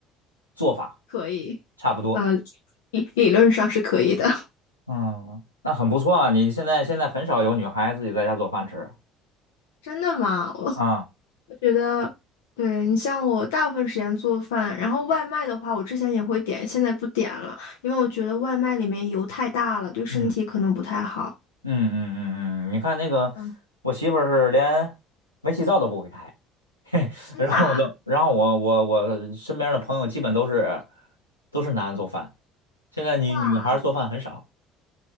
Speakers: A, on the left; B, on the left.
A: 做法
B: 可以。
A: 差不多。
B: 呃，理理论上是可以的。
A: 嗯，那很不错啊，你现在现在很少有女孩自己在家做饭吃
B: 真的吗？我
A: 啊。
B: 我觉得，对，你像我大部分时间做饭，然后外卖的话，我之前也会点，现在不点了，因为我觉得外卖里面油太大了，对身体可能不太好。
A: 嗯嗯嗯嗯嗯，你看那个，
B: 嗯，
A: 我媳妇儿是连煤气灶都不会开，<laughs> 嘿，
B: 真的啊？
A: 然后我都，然后我我我身边的朋友基本都是都是男的做饭，现在女女孩儿做饭很少，
B: 哇，